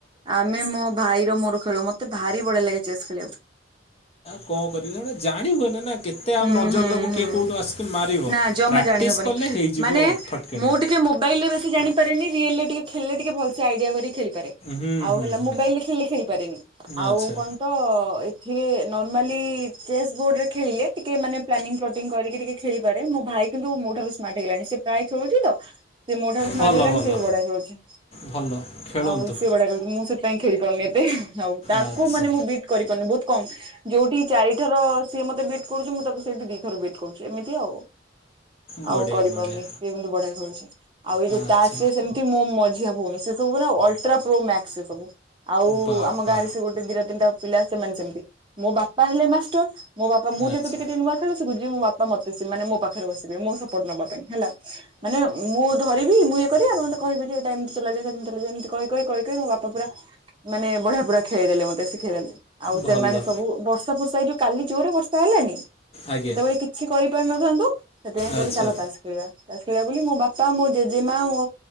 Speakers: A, on the right; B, on the left.
A: ଆମେ ମୋ ଭାଇର ମୋର ଖେଳୁ। ମତ ମତେ ଭାରି ବଢିଆ ଲାଗେ ଚେସ୍ ଖେଳିବାକୁ।
B: କଣ କରିବି ଏଗୁଡା ଜାଣିହୁଏନି ନା। କେତେ ଆଉ
A: ହୁଁ
B: ନଜର
A: ହୁଁ
B: ଦେବୁ କିଏ
A: ହୁଁ
B: କୋଉଠୁ ଆସିକି ମାରିବ
A: ନା ଜମା
B: ପ୍ରାକ୍ଟିସ୍
A: ଜାଣି ହବନି
B: କଲେ ହେଇଯିବ
A: ମାନେ
B: ଫଟକିନି।
A: ମୁଁ ଟିକେ ମୋବାଇଲ ରେ ବେଶୀ ଜାଣିପାରେନି ରିଏଲ ରେ ଟିକେ ଖେଳିଲେ ଟିକେ ଭଲସେ ଆଇଡିଆ କରି ଖେଳି ପାରେ
B: ହୁଁ
A: ଆଉ
B: ହୁଁ
A: ହେଲା
B: ହୁଁ
A: ମୋବାଇଲରେ ଖେଳିଲେ ଖେଳିପାରେନି ଆଉ
B: ଆଚ୍ଛା
A: କଣ ତ ଏଥିରେ ନର୍ମାଲି ଚେସ୍ ବୋର୍ଡ ରେ ଖେଳିଲେ ଟିକେ ମାନେ ପ୍ଲାନିଂ ପ୍ଲୋପ୍ଟିଂ କରିକି ଟିକେ ଖେଳିପାରେ, ମୋ ଭାଇ କିନ୍ତୁ ମୋ ଠାରୁ ସ୍ମାର୍ଟ ହେଇଗଲାଣି, ସେ ପ୍ରାୟ ଖେଳୁଛି ତ ସେ ମୋ ଠାରୁ ସ୍ମାର୍ଟ
B: ଭଲ
A: ହେଗଲାଣି,
B: ଭଲ
A: ସିଏ ବି ବଢିଆ ଖେଳୁଛି,
B: ଭଲ ଖେଳନ୍ତୁ।
A: ଆଉ ସିଏ ବଢିଆ ଖେଳୁଛି, ମୁଁ ସେଥିପାଇଁ ଖେଳି। <unintelligible> ହଉ ତାକୁ
B: ଆଚ୍ଛା
A: ମାନେ ମୁଁ ବିଟ୍ କରିପାରୁନି ବହୁ କମ ଯୋଉଠି ଚାରି ଥର ସିଏ ମତେ ବିଟ୍ କରୁଛି ମୁଁ ତାକୁ ସେଠିି ଦି ଥର ବିଟ କରୁଚି ଏମିତି ଆଉ
B: ବଢ଼ିଆ
A: ଆଉ କରିପାରୁନି
B: ବଢ଼ିଆ
A: ସିଏ କିନ୍ତୁ ବଢିଆ ଖେଳୁଛି, ଆଉ ଏଇ ଯୋଉ
B: ଆଚ୍ଛା।
A: ତାସ ରେ ବି ସେମତି ମୋ ମଝି ଭଉଣୀ, ସେ ସବୁ ପୁରା, ଅଲଟ୍ରା ପ୍ରୋ ମ୍ୟାକ୍ସ ସେ ସବୁ। ଆଉ
B: ବାବା
A: ଆମ ଗାଁରେ ସେ ଗୋଟେ, ଦିଟା, ତିନଟା ପିଲା ସେମାନେ ସେମତି, ମୋ ବାପା ହେଲେ ମାଷ୍ଟର, ମୋ ବାପା ଆ ମୁଁ
B: ଆଚ୍ଛା
A: ଯେହେତୁ ଟିକେ ଟିକେ ନୂଆ ଖେଳେ ସେ ମୋ ବା ବା ମତେ ସେମାନେ, ମୋ ପାଖରେ ବସି ମୋ ସପୋର୍ଟ ନବା ପାଇଁ ହେଲା, ମାନେ ମୁଁ ଧରି ମୁଁ ଇଏ କରିଆ ମତେ କହିବି ଏଇଟା ଏମତି ଚଲା ଯାଏ ସେମିତି ଚଲା ଯାଏ ଏମିତି କହି, କହି ମୋ ବାପା ପୁରା ମାନେ ବଢିଆ ଖେଳେଇ ଦେଲେ, ମତେ ଶିଖେଇ ଦେଲେ। ଆଉ
B: ଭଲ
A: ସେମାନେ ସବୁ ବର୍ଷା, ଫର୍ଷା ଏ ଯୋଉ କାଲି ଜୋରେ ବର <unintelligible> ସେତେବେଳେ
B: ଆଜ୍ଞା
A: କିଛି କରିପାରିନଥାନ୍ତୁ, ସେଥିପାଇଁ କହିଲେ
B: ଆଚ୍ଛା
A: ଚାଲ ତାସ ଖେଳିବା। ତାସ ଖେଳିବା ବୋଲି ମୋ ବାପା, ମୋ ଜେଜେମା, ମୋ